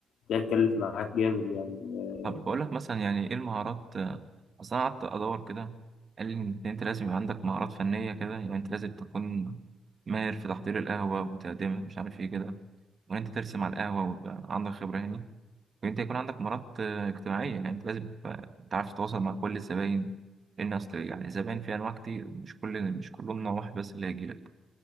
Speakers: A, on the left; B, on the right.
A: ده هتكلف معاك جامد يعني آه،
B: طب بقول
A: لو-
B: لك مثلا يعني ايه المهارات آه، اصل انا قعدت ادور كده قال لي ان انت لازم يبقى عندك مهارات فنيه كده يعني انت لازم تكون ماهر في تحضير القهوه وتقديمها مش عارف ايه كده وان انت ترسم على القهوه ويبقى عندك خبره يعني وان انت يكون عندك مهارات آه، اجتماعيه يعني انت لازم تبقى تعرف تتواصل مع كل الزباين لان اصل يعني الزباين في انواع كتير مش كل مش كلهم نوع واحد بس اللي هيجي لك